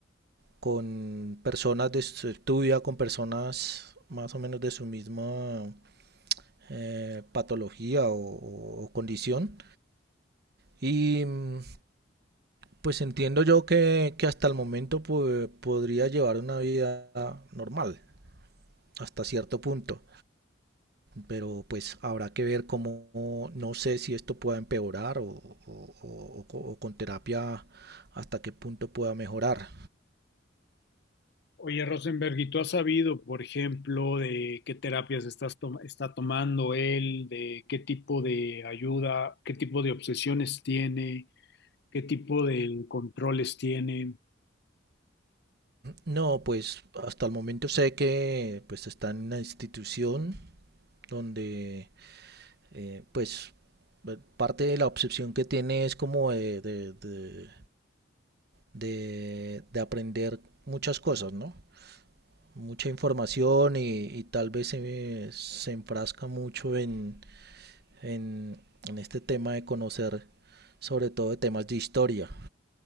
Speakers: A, on the right (about 55°); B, on the left (about 60°).
A: con personas de su estudia, con personas más o menos de su misma eh, patología o, o- o condición. Y mm, pues entiendo yo que, que hasta el momento pues, podría llevar una vida normal, hasta cierto punto. pero pues habrá que ver cómo, no sé si esto pueda empeorar o, o- o- o- con terapia hasta qué punto pueda mejorar.
B: Oye, Rosenberg, ¿y tú has sabido, por ejemplo, de qué terapias estás tom- está tomando él, de qué tipo de ayuda, qué tipo de obsesiones tiene, qué tipo de controles tiene?
A: No, pues hasta el momento sé que pues está en una institución donde eh, pues eh, parte de la obsesión que tiene es como de, de, de, de- de aprender muchas cosas, ¿no? Mucha información y, y tal vez se, se enfrasca mucho en en, en este tema de conocer sobre todo de temas de historia.